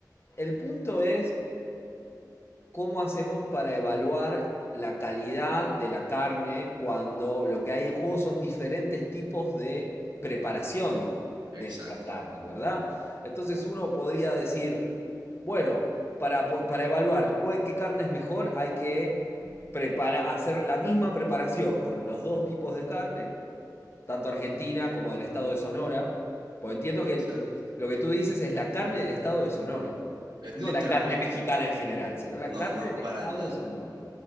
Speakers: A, on the left; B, on the right.
A: El punto es ¿cómo hacemos para evaluar la calidad de la carne cuando lo que hay en juego son diferentes tipos de preparación de
B: Exacto,
A: esa carne, ¿verdad? Entonces uno podría decir, bueno, para, po- para evaluar cuál- qué carne es mejor, hay que prepara- hacer la misma preparación con los dos tipos de carne tanto argentina como del estado de Sonora. Pues entiendo
B: exacto.
A: que lo que tú dices es la carne del estado de Sonora,
B: Eh,
A: no
B: literalmente,
A: la carne mexicana en general, sino la
B: no,
A: carne
B: no,
A: del
B: para
A: estado
B: nada.
A: de Sonora.